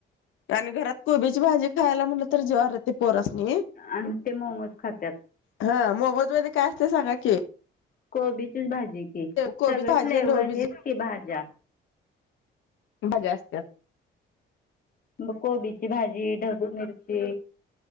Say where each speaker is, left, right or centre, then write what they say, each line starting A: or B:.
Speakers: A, on the left; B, on the left.
A: आणि घरात कोबीची भाजी खायला म्हटलं तर ज्र ते पोरसनी
B: आणि ते मोमोज खातात
A: हा मोफद मध्ये काय असते सांगा की
B: कोबीचीच भाजी की
A: कोबी
B: सगळे
A: भाजी
B: फ्लेवर
A: आणि डोबीज
B: हेच की भाज्या
A: भजा असतत
B: मग कोबीची भाजी ढगू मिरची